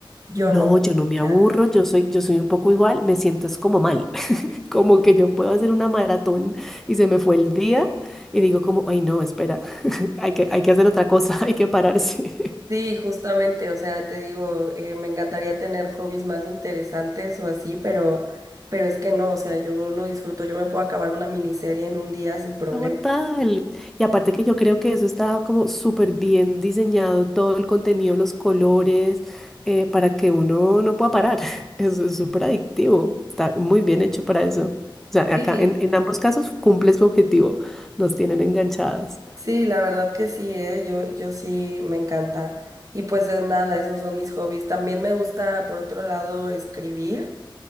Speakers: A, on the right; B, in the centre.
A: yo
B: No,
A: no. O
B: yo no me aburro,
A: sea,
B: yo soy, yo soy un poco igual, me siento es como mal, <laughs> como que yo puedo hacer una maratón y se me fue el día y digo como, ay no, espera, <laughs> hay que, hay que hacer otra cosa, <laughs> hay que pararse. <laughs>
A: Sí, justamente, o sea, te digo, eh, me encantaría tener hobbies más interesantes o así, pero, pero es que no, o sea, yo lo disfruto, yo me puedo acabar una miniserie en un día sin problema.
B: Total. Y aparte que yo creo que eso está como súper bien diseñado, todo el contenido, los colores, eh, para que uno no pueda parar. <laughs> Eso es súper adictivo, está muy bien hecho para eso. O sea,
A: Sí.
B: acá en, en ambos casos cumple su objetivo, nos tienen enganchadas.
A: Sí, la verdad que sí, ¿eh? Yo, yo sí me encanta. Y pues es nada, esos son mis hobbies. También me gusta, por otro lado, escribir.